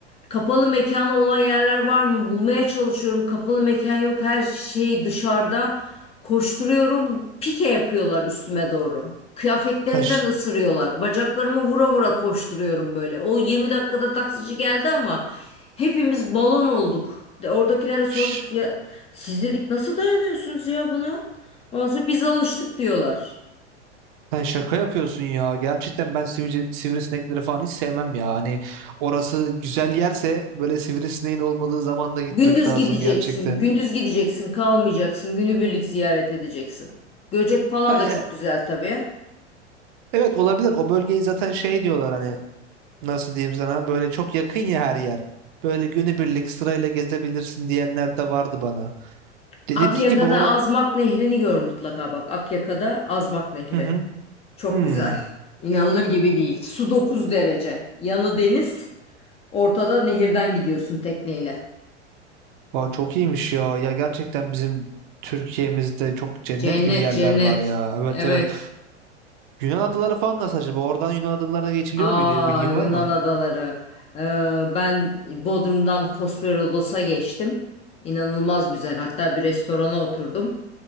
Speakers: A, on the left; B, on the right.
A: Kapalı mekanı olan yerler var mı? Bulmaya çalışıyorum. Kapalı mekan yok. Her şey dışarıda. Koşturuyorum. Pike yapıyorlar üstüme doğru. Kıyafetlerimden
B: Sen ş-
A: ısırıyorlar. Bacaklarımı vura vura koşturuyorum böyle. O 20 dakikada taksici geldi ama hepimiz balon olduk. De- Oradakilere sorduk.
B: ş-
A: Ya, siz dedik nasıl dayanıyorsunuz ya buna? Ondan sonra biz alıştık diyorlar.
B: Sen şaka yapıyorsun ya. Gerçekten ben sivri, sivrisinekleri falan hiç sevmem ya. Hani orası güzel yerse böyle sivrisineğin olmadığı zaman da gitmek
A: Gündüz
B: lazım
A: gideceksin,
B: gerçekten.
A: gündüz gideceksin, kalmayacaksın, günübirlik ziyaret edeceksin. Göcek falan
B: Ha,
A: da
B: e,
A: çok güzel tabii.
B: evet olabilir. O bölgeyi zaten şey diyorlar hani nasıl diyeyim sana böyle çok yakın ya her yer. Böyle günübirlik sırayla gezebilirsin diyenler de vardı bana. De-
A: Akyaka'da
B: dediğin gibi or
A: Azmak Nehri'ni gör mutlaka bak. Akyaka'da Azmak Nehri.
B: Hı hı.
A: Çok
B: Hmm.
A: güzel. İnanılır gibi değil. Su 9 derece. Yanı deniz, ortada nehirden gidiyorsun tekneyle.
B: Aa, çok iyiymiş ya. Ya gerçekten bizim Türkiye'mizde çok cennet
A: Cennet,
B: gibi yerler
A: cennet.
B: var ya. Evet
A: Evet.
B: evet. Yunan adaları falan nasıl acaba? Oradan Yunan adalarına geçiliyor
A: Aa
B: muydu? Bilgin
A: Yunan
B: var mı?
A: adaları. Ee, ben Bodrum'dan Kosperodos'a geçtim. İnanılmaz güzel. Hatta bir restorana oturdum.